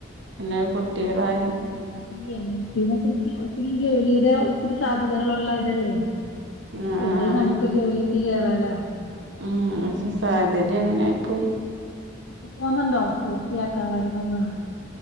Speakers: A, on the right; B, on the left.
A: പിന്നെ കുട്ടികളായി
B: അതാ ഈ എം എൽ ട്ടീ ന്ന് വച്ച ഒത്തിരി ജോലിയുടെ ഒത്തിരി സാധ്യതകളുള്ള ഇതല്ലേ
A: ആ
B: എവിടെ
A: ആണ്
B: നമുക്ക് ജോലിക്ക് കറാലോ
A: ഉം പക്ഷെ സാഹചര്യം അങ്ങനായി പോയി
B: ഇപ്പൊ തോന്ന്ണ്ടോ പൂർത്തിയാക്കാമായിരുന്നുന്ന്